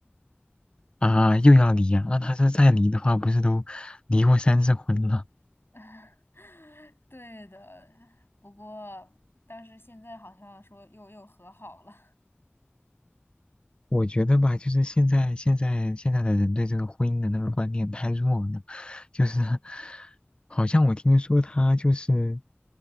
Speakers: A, on the left; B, on the left.
A: 啊？又要离呀、那他是再离的话，不是都离过三次婚了？
B: <laughs> 对的，不过但是现在好像说又又和好了。
A: 我觉得吧，就是现在现在现在的人对这个婚姻的那个观念太弱了，就是 <laughs> 好像我听说他就是